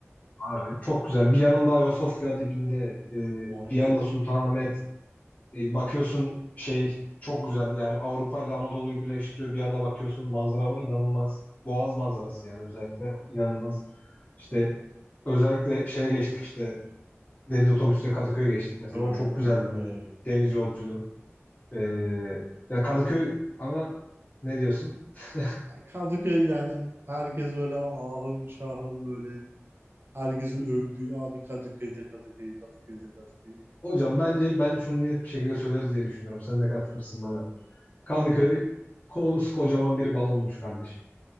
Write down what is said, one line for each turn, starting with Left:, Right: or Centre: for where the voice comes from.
Left: ay, çok güzel. Bir yanında Ayasofya dibinde e,
Right: Aynen.
Left: bir yanda Sultanahmet E, bakıyorsun şey çok güzel yani Avrupa ile Anadolu'yu birleştiriyor. Bir yana bakıyorsun manzara inanılmaz. Boğaz manzarası yani özellikle inanılmaz. İşte özellikle şeye geçtik işte deniz otobüsüyle Kadıköy'e geçtik mesela.
Right: Yani
Left: O çok
Right: o
Left: güzeldi
Right: bayağı
Left: bir
Right: iyi.
Left: deniz yolculuğu. Ee, ya Kadıköy ama ne diyorsun? <laughs>
Right: Yani Kadıköy yani herkes böyle ahım şahım böyle herkesin övdüğü abi Kadıköy'de Kadıköy, Kadıköy'de Kadıköy.
Left: Hocam bence ben şunu net bir şekilde söyleriz diye düşünüyorum. Sen de katılırsın bana. Kadıköy kocaman bir balonmuş kardeşim.